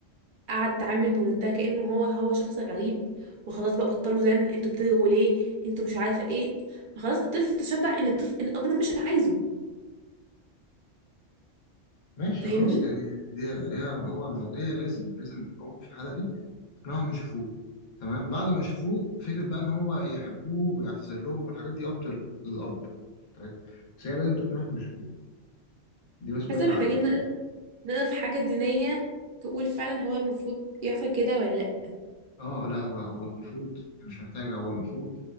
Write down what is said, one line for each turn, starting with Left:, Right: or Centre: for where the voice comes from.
Right: قعد تعامل بمنتهى كأنه هو هو شخص غريب وخلاص بقى بطلوا زن انتوا بتلغوا ليه انتوا مش عارفه ايه فخلاص الطفل تشبع ان الطفل ان الاب ده مش عايزه
Left: ماشي
Right: فاهمني
Left: خلاص يعني دي هي هو الموضوع هي لازم لازم الأم في الحالة دي تقنعهم يشوفوه تمام بعد ما يشوفوه فكرة بقى إن هو يحبوه ويعتذر لهم والحاجات دي أبطل للأب طيب. بس هي لازم تقنعهم يشوفوه دي مسؤولية
Right: حاسه محتاجين
Left: عليها في
Right: نقف
Left: حالة زي دي
Right: نقف حاجه دينيه تقول فعلا هو المفروض يحصل كده ولا لا
Left: اه لا هو هو المفروض مش محتاجة هو المفروض